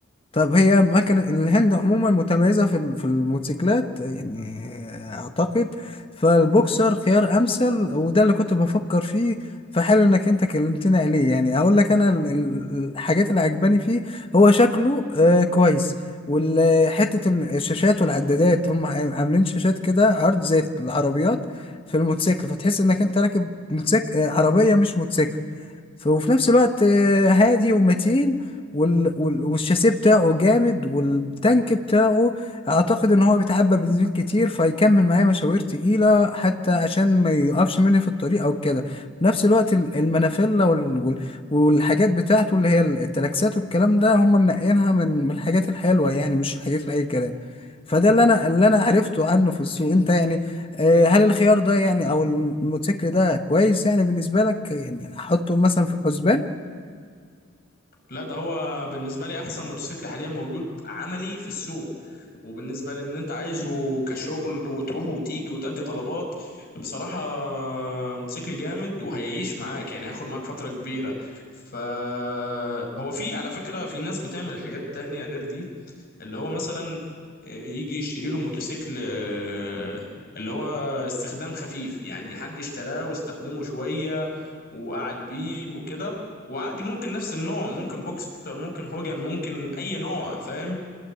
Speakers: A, on the left; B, on the left.
A: طب هي ما كان الهند عموما متميزة في ال- في الموتوسيكلات يعني أعتقد فالبوكسر خيار أمثل وده اللي كنت بفكر فيه فحلو إنك أنت كلمتني عليه يعني أقول لك أنا ال- ال- الحاجات اللي عجباني فيه هو شكله آه، كويس وحتة الشاشات والعدادات هم عام- عاملين شاشات كده عرض زي العربيات في الموتوسيكل فتحس إنك أنت راكب موتوسيكل آه، عربية مش موتوسيكل ف- وفي نفس الوقت آه، هادي ومتين وال... وال... والشاسيه بتاعه جامد والتانك بتاعه اعتقد ان هو بيتعبى بنزين كتير فيكمل معايا مشاوير تقيله حتى عشان ما يقفش مني في الطريق او كده في نفس الوقت ال- المنافيلا وال... وال... والحاجات بتاعته اللي هي التلاكسات والكلام ده هم منقينها من من الحاجات الحلوه يعني مش الحاجات لاي كلام فده اللي انا اللي انا عرفته عنه في السوق انت يعني آه، هل الخيار ده يعني او الموتوسيكل ده كويس يعني بالنسبه لك يعني احطه مثلا في الحسبان
B: لا ده هو بالنسبة لي أحسن موتوسيكل حاليا موجود عملي في السوق وبالنسبة لأن أنت عايزه كشغل وتروح وتيجي وتأدي طلبات بصراحة موتوسيكل جامد وهيعيش معاك يعني هياخد معاك فترة كبيرة فهو في على فكرة في ناس بتعمل حاجات تانية غير دي اللي هو مثلا آه، يجي يشتري له موتوسيكل آه، اللي هو استخدام خفيف يعني حد اشتراه واستخدمه شوية وقعد بيه وكده وعادي ممكن نفس النوع ممكن بوكسر ممكن هوجن ممكن اي نوع فاهم